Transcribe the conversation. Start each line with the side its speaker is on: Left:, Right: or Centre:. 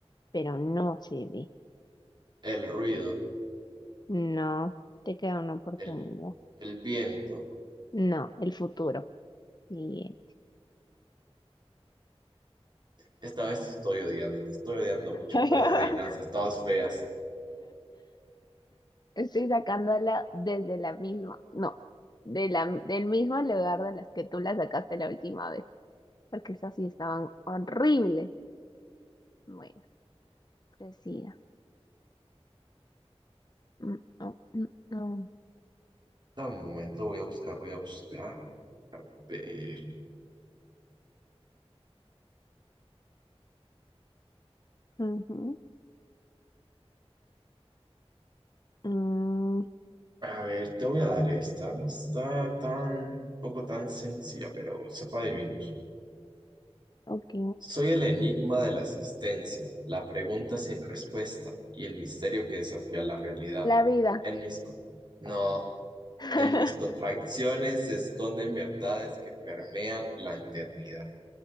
Left: Pero no, Jimmy.
Right: el ruido?
Left: No, te queda una oportunidad.
Right: El, el viento.
Left: No, el futuro. Bien.
Right: Esta vez te estoy odiando, te estoy odiando mucho
Left: <laughs>
Right: por esas adivinanzas, todas feas.
Left: Estoy sacándola desde la misma, no, de la, del mismo lugar de las que tú la sacaste la última vez, porque esas sí estaban horribles. Bueno, presida. Mm, mm, mm,
Right: Dame un momento, voy a buscar, voy a buscar. Ver,
Left: mm. Ujú. Mm,
Right: A ver, te voy a dar esta. No está tan, poco tan sencilla, pero sepa adivinar.
Left: ok.
Right: Soy el enigma de la existencia, la pregunta sin respuesta y el misterio que desafía la realidad.
Left: La vida.
Right: En mis... con- No.
Left: <laughs>
Right: En mis contradicciones se esconden verdades que permean la eternidad.